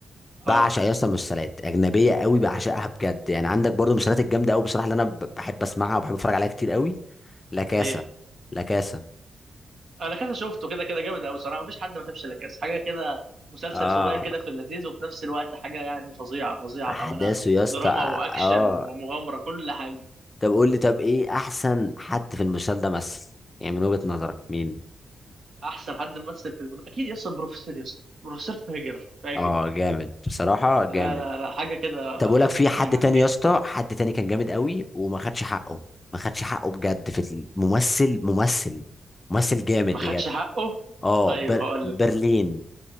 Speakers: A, on the left; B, on the right.
A: بعشق
B: ها
A: يا اسطى المسلسلات اجنبيه قوي بعشقها بجد يعني عندك برضو المسلسلات الجامده قوي بصراحه اللي انا ب- بحب اسمعها وبحب اتفرج عليها كتير قوي لا كاسا
B: ايه
A: لا كاسا
B: انا كذا شفته كده كده جامد قوي صراحه مفيش حد ما شافش لا كاس حاجه كده مسلسل
A: اه
B: صغير كده في اللذيذ وفي نفس الوقت حاجه يعني فظيعه فظيعه
A: احداثه
B: بامانه
A: يا اسطى
B: دراما واكشن
A: اه
B: ومغامره كل حاجه
A: طب قول لي طب ايه احسن حد في المسلسل ده مثل يعني من وجهه نظرك مين
B: احسن حد مثل في الم... اكيد يس بروفيسور يس بروفيسور فاجر فاجر
A: اه جامد بصراحه جامد
B: لا لا لا حاجه كده
A: طب اقول لك في حد
B: يعني
A: تاني يا اسطى حد تاني كان جامد قوي وما خدش حقه ما خدش حقه بجد في الممثل ممثل ممثل جامد
B: ما خدش
A: بجد
B: حقه
A: اه
B: طيب
A: بر...
B: هقول
A: برلين
B: لك